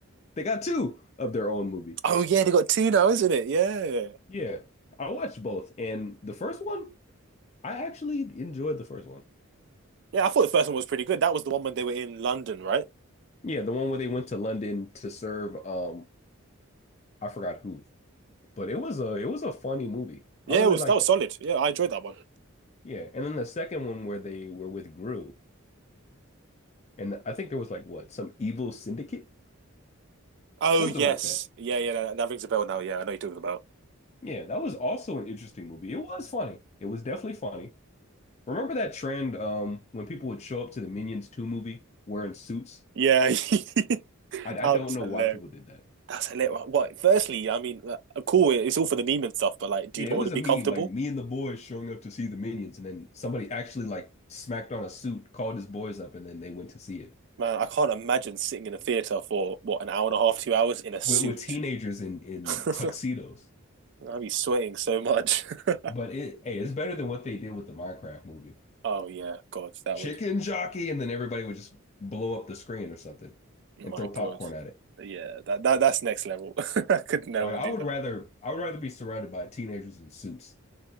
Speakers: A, on the left; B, on the right.
A: They got two of their own movie.
B: Oh, yeah. They got two now, isn't it? Yeah.
A: Yeah, I watched both, and the first one I actually enjoyed the first one.
B: Yeah. I thought the first one was pretty good. That was the one when they were in London, right?
A: Yeah, the one where they went to London to serve um I forgot who, but it was a it was a funny movie.
B: Yeah.
A: I really
B: It was,
A: liked
B: that was
A: it.
B: solid. Yeah. I enjoyed that one.
A: Yeah, and then the second one where they were with Gru, and I think there was like what some evil syndicate,
B: Oh
A: something
B: yes,
A: like that.
B: yeah, yeah, that, that rings a bell now. Yeah, I know what you're talking about.
A: Yeah, that was also an interesting movie. It was funny. It was definitely funny. Remember that trend um when people would show up to the Minions 2 movie wearing suits?
B: Yeah, <laughs> that
A: I, I
B: was
A: don't know
B: hilarious.
A: why people did that.
B: That's hilarious. What? Firstly, I mean, uh, cool. It's all for the meme and stuff, but like, do
A: Yeah,
B: you not
A: it was
B: want to
A: a
B: be
A: meme,
B: comfortable?
A: like me and the boys showing up to see the Minions, and then somebody actually like smacked on a suit, called his boys up, and then they went to see it
B: Man, I can't imagine sitting in a theater for what an hour and a half, two hours in a suit.
A: with, with teenagers in
B: <laughs>
A: in
B: I'd
A: tuxedos.
B: be sweating so much. <laughs>
A: But it, hey, it's better than what they did with the Minecraft movie.
B: Oh yeah, God, that
A: Chicken
B: would.
A: jockey, and then everybody would just blow up the screen or something
B: my
A: and throw popcorn
B: God.
A: at it.
B: Yeah, that, that that's next level. <laughs> I could never
A: Like I
B: do
A: would
B: that.
A: rather, I would rather be surrounded by teenagers in suits